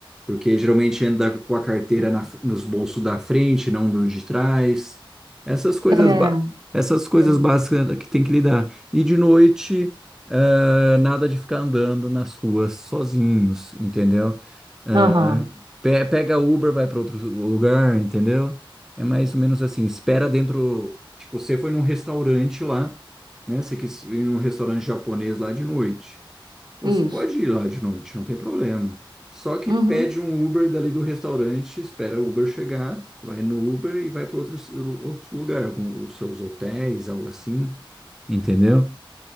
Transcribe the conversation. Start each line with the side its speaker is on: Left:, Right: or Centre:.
Centre: porque geralmente anda com a carteira na nos bolsos da frente, não no de trás. Essas coisas,
Right: É.
Centre: ba- essas coisas
Right: tem-
Centre: básicas é que tem que lidar. E de noite, eh, nada de ficar andando nas ruas sozinhos, entendeu? Eh,
Right: Aham.
Centre: pe- pega Uber, vai para outro lugar, entendeu? É mais ou menos assim, espera dentro. Tipo, você foi num restaurante lá, né? Você quis ir num restaurante japonês lá de noite. Você
Right: Isso.
Centre: pode ir lá de noite, não tem problema. Só que
Right: Uhum.
Centre: pede um Uber dali do restaurante, espera o Uber chegar, vai no Uber e vai para outro, outro lugar, algum, os seus hotéis, algo assim, entendeu?